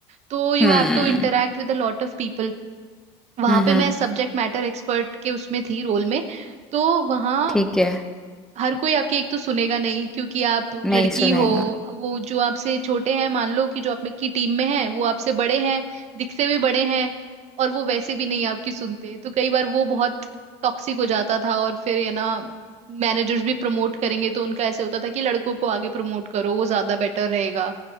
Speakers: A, on the right; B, in the centre.
A: तो you
B: हम्म
A: have to interact with a lot of people वहां
B: हम्म
A: पे
B: हम्म,
A: मैं सब्जेक्ट मैटर एक्सपर्ट के उसमें थी रोल में तो वहां
B: ठीक है
A: हर कोई आपकी एक तो सुनेगा नहीं क्योंकि आप लड़की
B: नहीं सुनेगा
A: हो वो जो आपसे छोटे हैं मान लो कि जो आपकी टीम में है वो आपसे बड़े हैं दिखते भी बड़े हैं और वो वैसे भी नहीं आपकी सुनते तो कई बार वो बहुत टॉक्सिक हो जाता था और फिर ये ना मैनेजर्स भी प्रमोट करेंगे तो उनका ऐसे होता था कि लड़कों को आगे प्रमोट करो वो ज्यादा बेटर रहेगा